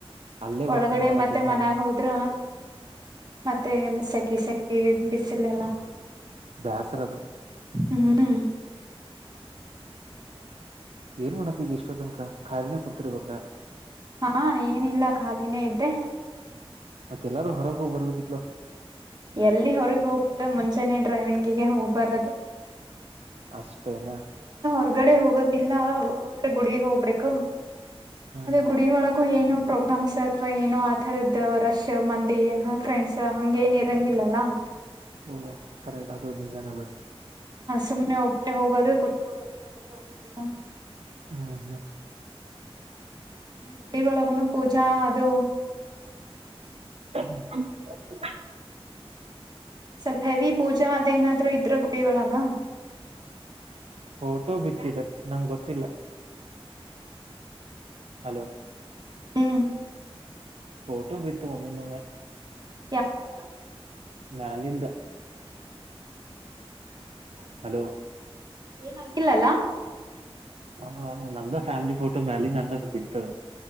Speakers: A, on the right; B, on the right.
A: ಅಲ್ಲೇ
B: ಒಳಗಡೆ
A: ವಾಕಿಂಗ್ ಮಾಡತ್
B: ಮತ್ತೆ
A: ಏನ
B: ಮನ್ಯಾಗ ಹೋದ್ರ ಮತ್ತೆ ಸೆಕೆ ಸೆಕಿ ಬಿಸಿಲೆಲ್ಲ
A: ಬಾಯ್ಸರ ಸರದ
B: ಹ್ಮ್
A: ಏನ್ ಮಾಡತ್ತ ಇದಿಷ್ಟ ತನಕ ಖಾಯಲೆನೇ ಕುಂತರ್ಬೇಕಾ
B: ಹಾ ಏನಿಲ್ಲ ಖಾಲಿನೇ ಇದ್ದೆ
A: ಮತ್ತೆ ಎಲ್ಲಾರು ಹೊರ ಹೂ ಬರ್ಬೇಕಿತ್ಲ
B: ಎಲ್ಲಿ ಹೊರಗೆ ಹೋಗೋದು ಮುಂಚಾನೇ ಡ್ರೈವಿಂಗಿಗೆ ಹೋಗ್ಬಾರದು
A: ಅಷ್ಟೇನೆ
B: ಹೊರ್ಗಡೆ ಹೋಗೋದಿಲ್ಲ ಹೋದ್ರೆ ಗುಡಗ್ ಹೋಗ್ಬೇಕು
A: ಹ್ಮ್
B: ಗುಡ ಒಳಗ ಏನೋ ಪ್ರೋಗ್ರಾಮ್ಸ್ ಅಥವಾ ಏನೋ ಆಥರದ ರಶ್ ಮಂದಿ ಫ್ರೆಂಡ್ಸ್ ಹಂಗ ಏನ ಇರಂಗಿಲ್ಲ <inaudible>
A: ಓಹ ಕರೆಕ್ಟ್ ಅ ನೀ ಜಾನ ಬಟ್
B: ಸುಮ್ಮನೆ ಒಬ್ಬರೇ ಹೋಗೋದು ಕುೂತ್ಕೊಳ್ಳೋದು ಆಗ್ತ
A: ಹಾ ಹಾ
B: ಗುಡಿಗಳೊಳಗನು ಪೂಜಾ ಅದು
A: ಹ <inaudible>
B: ಸ್ವಲ್ಪ ಹೆವಿ ಪೂಜಾ ಅದೇನಾದ್ರು ಇದ್ರ ಗುಡಿ ಒಳಗ
A: ಫೋಟೋ ಬಿತ್ತಿದೆ ನಂಗ ಗೊತ್ತಿಲ್ಲ ಹಲೋ
B: ಹ್ಮ್
A: ಫೋಟೋ ಬಿತ್ತುು ಮಮ್ಮನುಮ್ಮ
B: ಯಾವ ಪಟ
A: ಮಾಲಿಂದ
B: ಹೌದಾ
A: ಹಲೋ
B: ಏನಾಗಿಲ್ಲಲ್ಲಾ <inaudible>
A: ಹ ನಮ್ದ ಫ್ಯಾಮಿಲಿ ಫೋಟೋ ಮ್ಯಾಲ ನಂಗ ಬಿತದೆ